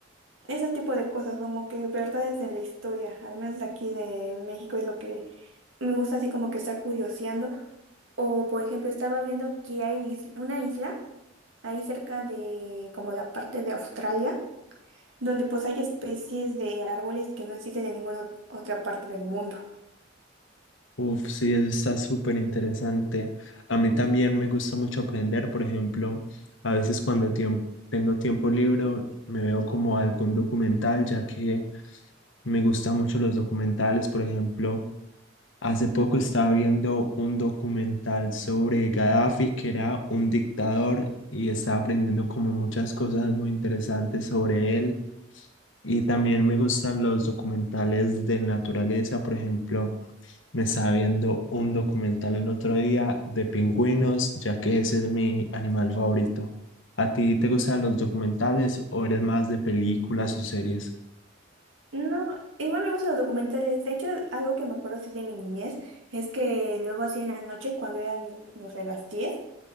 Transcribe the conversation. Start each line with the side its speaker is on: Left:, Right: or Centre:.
Right: ese tipo de cosas, como que verdades de la historia, al menos de aquí de México es lo que me gusta así como que estar curioseando. O, por ejemplo, estaba viendo que hay is- una isla ahí cerca de como la parte de Australia donde pues hay especies de árboles que no existen en ninguna ot- otra parte del mundo.
Left: Uf, sí, eso está súper interesante. A mí también me gusta mucho aprender, por ejemplo, a veces cuando tiemp- tengo tiempo libre me veo como algún documental, ya que me gustan mucho los documentales. Por ejemplo, hace poco estaba viendo un documental sobre Gaddafi, que era un dictador, y estaba aprendiendo como muchas cosas muy interesantes sobre él. Y también me gustan los documentales de naturaleza, por ejemplo. Me estaba viendo un documental el otro día de pingüinos, ya que ese es mi animal favorito. ¿A ti te gustan los documentales o eres más de películas o series?
Right: No, igual me gustan los documentales. De hecho, algo que me acuerdo así de mi niñez es que luego así en la noche, cuando eran, no sé, las diez